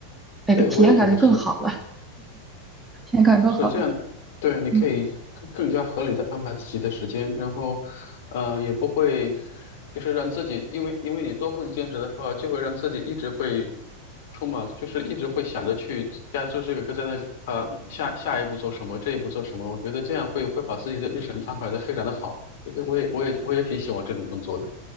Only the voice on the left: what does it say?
对，我也觉得是。
是这样，对，你可以更更加合理的安排自己的时间，
然后，嗯，也不会就是让自己，因为因为你多份兼职的话，就会让自己一直会充满，就是一直会想着去该做这个，该在那个，呃，下下一步做什么，这一步做什么，我觉得这样会会把自己的日程安排的非常的好，觉得我也我也我也挺喜欢这种工作的。